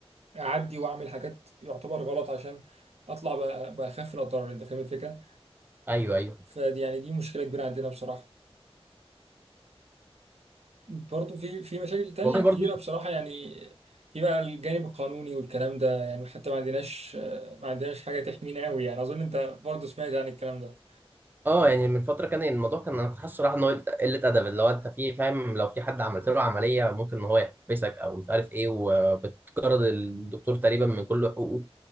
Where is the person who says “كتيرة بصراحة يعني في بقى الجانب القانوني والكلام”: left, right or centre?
Right